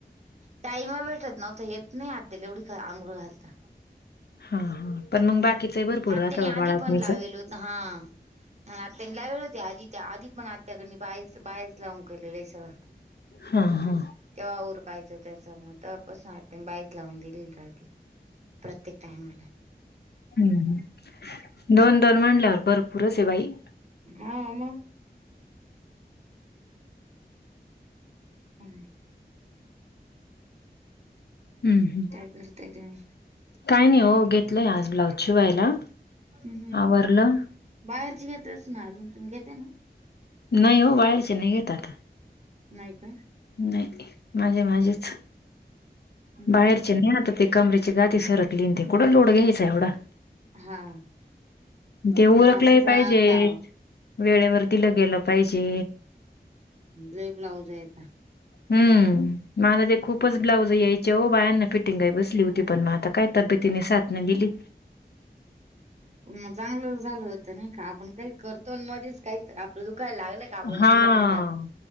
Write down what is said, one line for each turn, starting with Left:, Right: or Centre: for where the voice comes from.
Right: टाईम भेटत नव्हता येत नाही आत्याला एवढी आंघोळ घालता.
Left: हा हा पण मग बाकीच हि भरपूर
Right: आत्याने
Left: राहत
Right: आधी
Left: बाळत्निच.
Right: हा. आणि आनी लावले होते आधी त्या आधी पण आ्याकणी बाई बायस लावून केलेलं आहे सगळं <unintelligible>
Left: हा हा.
Right: तेव्हा ऊरकायचं त्याच म्हणून तवापासुन तेन बाईस लावून दिलेली राहते. प्रत्येक टाईमला.
Left: हम्म दोन दोन म्हटल्यावर भरपूरच आहे बाई.
Right: हा मग <unintelligible>
Left: हम्
Right: काय करताय तुम्ही
Left: काही नाही ओ घेतलंय आज ब्लाउज. शिवायला
Right: हम्म.
Left: आवरलं?
Right: बाहेरची घेतस ना अजून तुम्ही घेते ना?
Left: नाही ओ बाहेरचे नाही घेत आता.
Right: नाही का?
Left: नाही घेत माझे माझेच.
Right: बरं
Left: बाहेरचे नाही आता ते कमरेची गाती सरकली न ते कूट लोड घ्यायचा एवढा.
Right: हा.
Left: ते उरखलंय
Right: त्याच असंच
Left: पाहिजे
Right: आता
Left: वेळेवर दिलं गेलं पाहिजे.
Right: लयी ब्लाऊज आहेत.
Left: हम्म मला ते खूपच ब्लाऊज यायचे ओ बायांना फिटिंगई बसली होती पण मग आता काय तब्बेतेनी साथ नाय दिली.
Right: मग चांगलं झालं होतं नाही का आपण काही करतो मध्येच काही आपलं दुखायला लागलं
Left: हां.
Right: <unintelligible> येऊन जा